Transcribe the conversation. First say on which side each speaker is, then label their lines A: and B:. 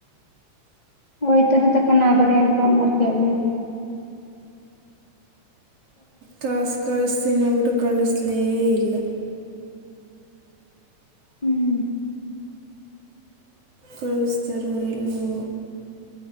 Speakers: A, on the left; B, on the right.
A: ಹಯ್ತಾರ ತಕ್ಕ ನಾ ಬೇರ ಏನ್ ಫೋನ್ ಮಾಡ್ಕಲಿ
B: ಕಾಸು ಕಳಸಿನವುಡು ಕಳಿಸಲೇ ಇಲ್ಲ
A: ಹ್ಮ್
B: ಕಳಸ್ರ ಇಲ್ಲು